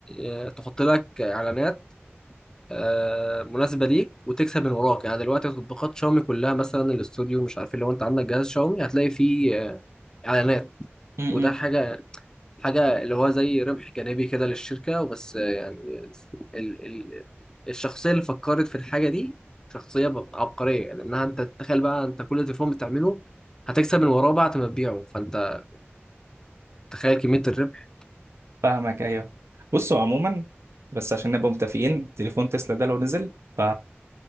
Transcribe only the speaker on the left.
آه، تحط لك إعلانات آه، مناسبة ليك وتكسب من وراك يعني دلوقتي تطبيقات شاومي كلها مثلا الاستوديو مش عارف لو أنت عندك جهاز شاومي هتلاقي فيه آه، إعلانات
وده حاجة حاجة اللي هو زي ربح جانبي كده للشركة وبس آه، يعني ال ال الشخصية اللي فكرت في الحاجة دي شخصية ب- عبقرية لأنها أنت تتخيل بقى أنت كل تليفون بتعمله هتكسب من وراه بعد ما تبيعه فأنت تخيل كمية الربح